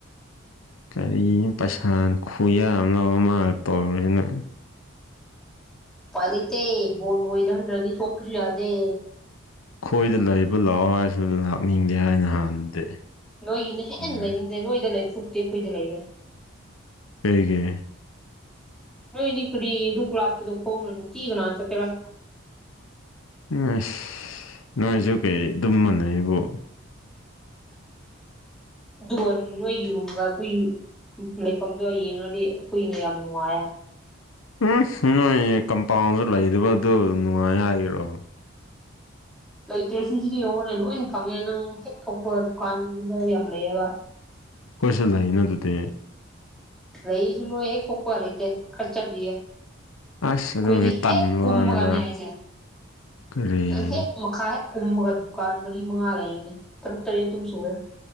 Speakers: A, on the left (about 90°); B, in the centre.
A: ꯀꯔꯤꯅꯣ ꯄꯩꯁꯥꯅ ꯈꯨꯌꯥꯝ ꯑꯃ ꯂꯧꯔ ꯃꯥꯅ ꯇꯧꯔꯤꯅ
B: ꯎꯄꯥꯏ ꯂꯩꯇꯦ ꯕꯣꯜ <unintelligible> ꯍꯟꯗ꯭ꯔꯗꯤ ꯊꯣꯛꯄꯁꯨ ꯌꯥꯗꯦ
A: ꯑꯩꯈꯣꯏꯗ ꯂꯩꯕ ꯂꯥꯛꯑꯣ ꯍꯥꯏꯔꯁꯨ ꯂꯥꯛꯅꯤꯡꯗꯦ ꯍꯥꯏ ꯅꯍꯥꯟꯗꯤ
B: ꯅꯣꯏꯒꯤꯅ ꯍꯦꯟꯅ
A: ꯎꯝ
B: ꯂꯩꯅꯤꯡꯗꯦ ꯅꯣꯏꯗ ꯂꯩꯕ ꯁꯨꯛꯇꯤ ꯑꯩꯈꯣꯏꯗ ꯂꯩꯒꯦ
A: ꯀꯩꯒꯤ
B: ꯅꯣꯏꯗꯤ ꯀ꯭ꯔꯤ ꯗꯨꯛ ꯂꯥꯞꯄꯗꯨ ꯈꯣꯡꯅ ꯅꯨꯡꯇꯤ ꯀꯅꯅꯥ ꯆꯠꯀꯦꯔꯥ
A: ꯅꯣꯏ ꯅꯣꯏꯁꯨ ꯀꯩ ꯑꯗꯨꯝ ꯃꯥꯟꯅꯩꯕꯣ
B: ꯑꯗꯨꯒ ꯅꯣꯏ ꯔꯨꯝꯒ ꯑꯩꯈꯣꯏꯒꯤ ꯂꯩꯐꯝꯗꯣ ꯌꯦꯡꯔꯗꯤ ꯑꯩꯈꯣꯏꯅ ꯌꯥꯝ ꯅꯨꯡꯉꯥꯏꯌꯦ
A: ꯎꯝ ꯅꯣꯏ ꯀꯝꯄꯥꯎꯟꯁꯨ ꯂꯩꯗꯕ ꯑꯗꯨ ꯅꯨꯡꯉꯥꯏ ꯍꯥꯏꯒꯦꯔꯣ
B: ꯂꯩꯇ꯭ꯔꯁꯨ ꯁꯤꯗꯤ ꯌꯦꯡꯉꯣꯅꯦ ꯂꯣꯏꯅ ꯐꯪꯉꯦ ꯅꯪ ꯍꯦꯛ ꯊꯣꯛꯄꯒꯥ ꯗꯨꯀꯥꯟꯗꯨꯗ ꯌꯥꯝ ꯂꯩꯑꯦꯕ
A: ꯑꯈꯣꯏꯁꯨ ꯂꯩꯅꯥ ꯑꯗꯨꯗꯤ
B: ꯂꯩꯔꯁꯨ ꯅꯣꯏ ꯍꯦꯛ ꯊꯣꯛꯄ ꯂꯩꯇꯦ ꯈꯔ ꯆꯠꯂꯤꯌꯦ
A: ꯑꯁ
B: ꯑꯩꯈꯣꯏꯗꯤ
A: ꯑꯗꯨꯒꯤ ꯇꯟꯕ
B: ꯍꯦꯛ ꯀꯨꯝꯕꯒꯅꯤ
A: ꯋꯥꯅꯦꯕ
B: ꯍꯥꯏꯁꯦ
A: ꯀꯔꯤ
B: ꯅꯪ ꯍꯦꯛ ꯃꯈꯥ ꯍꯦꯛ ꯀꯨꯝꯕꯒ ꯗꯨꯀꯥꯟ ꯃꯔꯤ ꯃꯉꯥ ꯂꯩꯔꯥꯅꯤ ꯇꯔꯨꯛ ꯇꯔꯦꯠ ꯗꯨꯝ ꯁꯨꯔꯦ